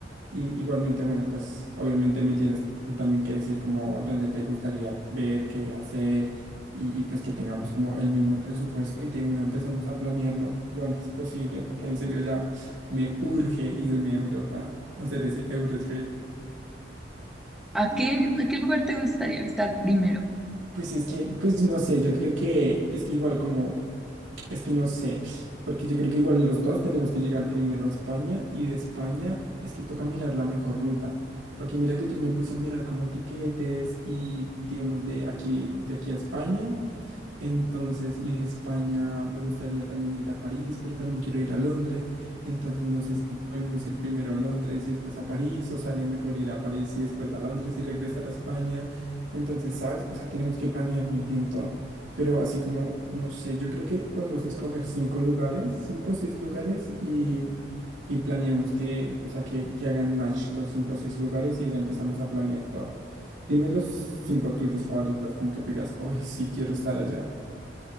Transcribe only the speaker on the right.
Y igualmente, bueno, pues obviamente me tienes tú también que decir como dónde te gustaría ver, qué hacer y, y pues que tengamos como el mismo presupuesto y de una empezamos a planearlo lo antes posible porque en serio ya me urge irme a Europa a hacer ese Eurotrip.
Pues es que, pues no sé, yo creo que es que igual como Es que no sé, porque yo creo que igual los dos tenemos que llegar primero a España y de España es que toca mirar la mejor ruta, porque mira que yo me puse a mirar como tiquetes y digamos de aquí de aquí a España. Entonces, y de España me gustaría también ir a París, pero también quiero ir a Londres. Entonces, no sé si podemos ir primero a Londres y después a París, o sale mejor ir a París y después a Londres y regresar a España. Entonces, ¿sabes? O sea, tenemos que planear muy bien todo. Pero así como, no sé, yo creo que podemos escoger cinco lugares, cinco o seis lugares y, y planeamos que, o sea, que, que hagan match los cinco o seis lugares y ahí ya empezamos a planear todo. Dime los cinco tuyos favoritos, como que tú digas, hoy sí quiero estar allá.